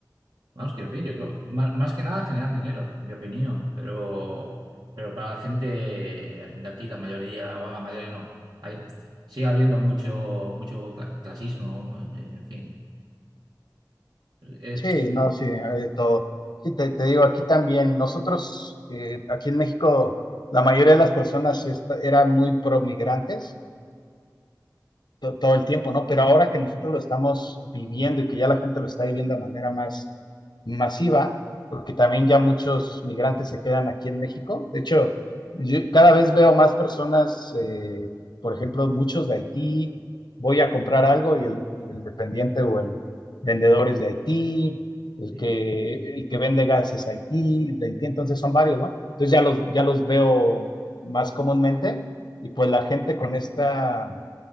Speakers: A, on the right (about 75°); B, on the left (about 80°).
A: Vamos, que en fin, yo creo, ma- más, que nada generan dinero, en mi opinión, pero, pero para la gente de aquí, la mayoría, o la mayoría no, hay, sigue habiendo mucho, mucho cla- clasismo, mu- eh, en fin. Eh,
B: Sí, no, sí, hay de todo. Sí, te, te digo, aquí también, nosotros, eh, aquí en México, la mayoría de las personas esta- eran muy promigrantes, to, todo el tiempo, ¿no? Pero ahora que nosotros lo estamos viviendo y que ya la gente lo está viviendo de manera más masiva, porque también ya muchos migrantes se quedan aquí en México. De hecho, yo cada vez veo más personas, eh, por ejemplo, muchos de Haití, voy a comprar algo y el, y el dependiente o el vendedor es de Haití, el
A: eh,
B: que, el que vende gas es Haití, de Haití, entonces son varios, ¿no? Entonces ya los, ya los veo más comúnmente y pues la gente con esta